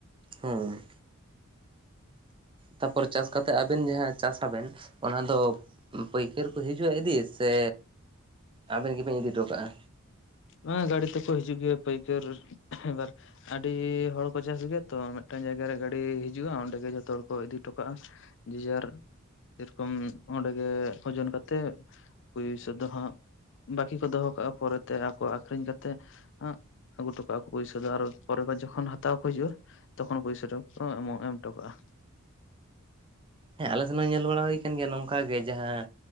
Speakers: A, on the right; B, on the left.
A: ᱦᱩᱸ ᱛᱟᱯᱚᱨᱮ ᱪᱟᱥ ᱠᱟᱛᱮᱜ ᱟᱵᱮᱱ ᱡᱟᱦᱟᱸ ᱪᱟᱥ ᱟᱵᱮᱱ ᱚᱱᱟᱫᱚ ᱯᱟᱹᱭᱠᱟᱹᱨ ᱠᱚ ᱦᱤᱡᱩᱜᱼᱟ ᱤᱫᱤ ᱥᱮ ᱟᱵᱮᱱ ᱜᱮᱵᱮᱱ ᱤᱫᱤ ᱦᱚᱴᱚ ᱠᱟᱜᱼᱟ?
B: ᱵᱟᱝ ᱟ ᱜᱟᱰᱤ ᱛᱮᱠᱚ ᱦᱤᱡᱩᱜ ᱜᱮᱭᱟ ᱯᱟᱹᱭᱠᱟᱹᱨ ᱢᱤᱫᱵᱟᱨ ᱟᱹᱰᱤ ᱦᱚᱲᱠᱚ ᱪᱟᱥ ᱜᱮᱭᱟ ᱛᱚ ᱢᱮᱫᱴᱟᱱ ᱡᱟᱭᱜᱟᱨᱮ ᱜᱟᱹᱰᱤ ᱦᱤᱡᱩᱜᱼᱟ ᱚᱸᱰᱮᱜᱮ ᱡᱷᱚᱛᱚ ᱦᱚᱲ ᱠᱚ ᱤᱫᱤ ᱦᱚᱴᱚ ᱠᱟᱜᱼᱟ᱾ ᱡᱮᱡᱟᱨ ᱥᱮᱨᱚᱠᱚᱢ ᱚᱸᱰᱮᱜᱮ ᱳᱡᱚᱱ ᱠᱟᱛᱮᱜ ᱯᱩᱭᱥᱟᱹ ᱫᱚ ᱦᱟᱸᱜ ᱵᱟᱠᱤ ᱠᱚ ᱫᱚᱦᱚ ᱠᱟᱜᱼᱟ ᱯᱚᱨᱮᱛᱮ ᱟᱯ ᱠᱚ ᱟᱠᱷᱨᱤᱧ ᱠᱟᱛᱮᱜ ᱟᱹᱜᱩ ᱦᱚᱴᱚ ᱠᱟᱜᱼᱟ ᱠᱚ ᱯᱩᱭᱥᱟᱹ ᱫᱚ ᱟᱨ ᱯᱚᱨᱮᱨ ᱵᱟᱨ ᱡᱚᱠᱷᱚᱱ ᱦᱟᱛᱟᱣ ᱠᱚ ᱦᱤᱡᱩᱜᱼᱟ ᱛᱚᱠᱷᱚᱱ ᱯᱩᱭᱥᱟ <unintelligible> ᱮᱢ ᱴᱚᱠᱟᱜᱟ᱾
A: ᱦᱮᱸ ᱟᱞᱮ ᱥᱮᱱ ᱦᱚᱸ ᱧᱮᱞ ᱵᱟᱲᱟ ᱦᱳᱭ ᱠᱟᱱ ᱜᱮᱭᱟ ᱱᱚᱝᱠᱟ ᱜᱮ ᱡᱟᱦᱟᱸ